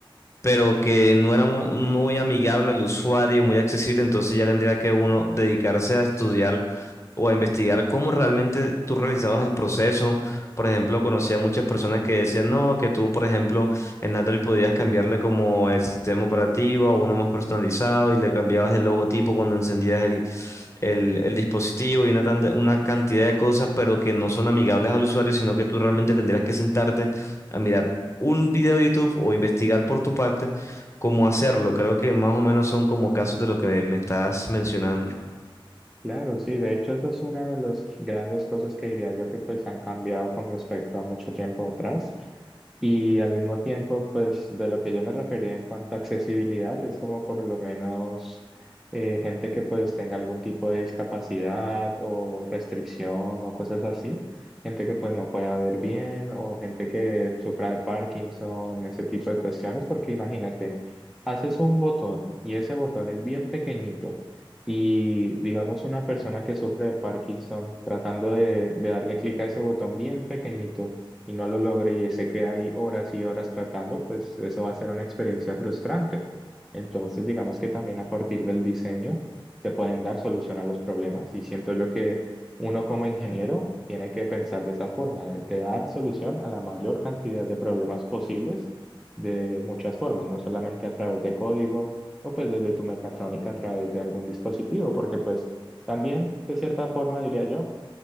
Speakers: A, on the left; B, in the centre.
A: pero que no era mu- muy amigable al usuario, muy accesible, entonces ya tendría que uno dedicarse a estudiar o a investigar cómo realmente tú realizabas el proceso. Por ejemplo, conocía muchas personas que decían, no, que tú, por ejemplo, en Android podías cambiarle como el sistema operativo a uno más personalizado y le cambiabas el logotipo cuando encendías el el, el dispositivo y una, tanda- una cantidad de cosas, pero que no son amigables al usuario, sino que tú realmente tendrías que sentarte a mirar un video de YouTube o investigar por tu parte cómo hacerlo. Creo que más o menos son como casos de lo que me, me estás mencionando.
B: Claro, sí, de hecho esa es una de las grandes cosas que diría yo que pues han cambiado con respecto a mucho tiempo atrás. Y al mismo tiempo, pues de lo que yo me refería en cuanto a accesibilidad, es como por lo menos eh, gente que pues tenga algún tipo de discapacidad o restricción o cosas así, gente que pues no pueda ver bien o gente que sufra de Parkinson, ese tipo de cuestiones, porque imagínate, haces un botón y ese botón es bien pequeñito y digamos una persona que sufre de Parkinson tratando de, de darle clic a ese botón bien pequeñito y no lo logre y se queda ahí horas y horas tratando, pues eso va a ser una experiencia frustrante. Entonces, digamos que también a partir del diseño se pueden dar solución a los problemas y siento yo que uno como ingeniero tiene que pensar de esa forma, de, de dar solución a la mayor cantidad de problemas posibles de muchas formas, no solamente a través de código o pues desde tu mecatrónica a través de algún dispositivo, porque pues también de cierta forma diría yo,